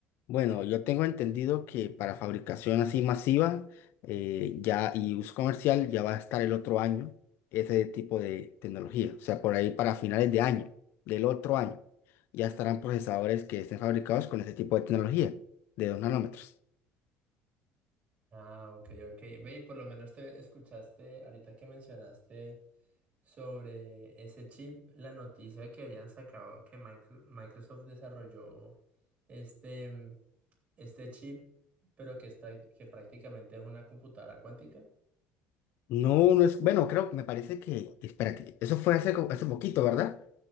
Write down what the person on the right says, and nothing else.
Ah, ok, ok. Ve, y por lo menos te escuchaste, ahorita que mencionaste. Sobre ese chip, la noticia que habían sacado que Micro- Microsoft desarrolló este, este chip, pero que, es, práct- que prácticamente es una computadora cuántica.